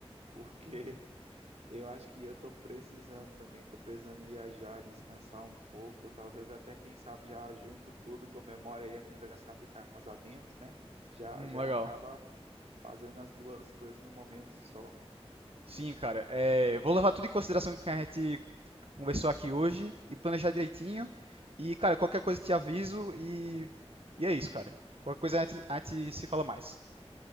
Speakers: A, on the right (about 80°); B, on the right (about 65°).
A: porque <laughs> eu acho que eu estou precisando também, estou precisando viajar, descansar um pouco, talvez até, quem sabe, já junto tudo, comemora aí aniversário de casamento, né? Já,
B: Hum,
A: já
B: legal.
A: acaba fazendo as duas coisas no momento só.
B: Sim, cara. É, vou levar tudo em consideração que a gente conversou aqui hoje e planejar direitinho. E, cara, qualquer coisa te aviso e, e é isso, cara. Qualquer coisa a gente, a gente se fala mais.